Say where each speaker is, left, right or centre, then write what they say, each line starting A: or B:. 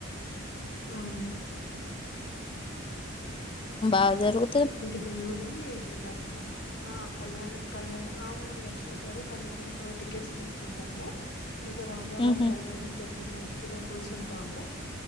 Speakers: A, on the left; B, on the left.
A: ఔను
B: బా జరుగ్
A: ఇంకా దేవుడి దద్ దర్ ష్ నమ్ ఆ కళ్యాణం కళ్యాణం ఔనండి రష్ ఉంటారు కళ్యాణమ్ ఒక్ టికెట్స్ తీసుకుంటాము ఇంకా రామూల వారి
B: ఉహు
A: కళ్యాణం జరిగేస్ సన్నిద్ లో కూర్చుంటాము